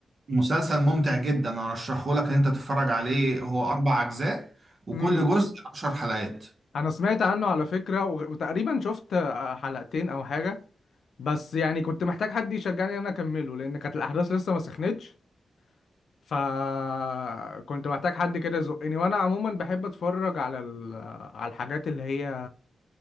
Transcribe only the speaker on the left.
امم
انا سمعت عنه على فكره وغ- وتقريبا شفت آه، حلقتين او حاجه بس يعني كنت محتاج حد يشجعني ان انا اكمله لان كانت الاحداث لسه ما سخنتش فكنت محتاج حد كده يزقني وانا عموما بحب اتفرج على ال... على الحاجات اللي هي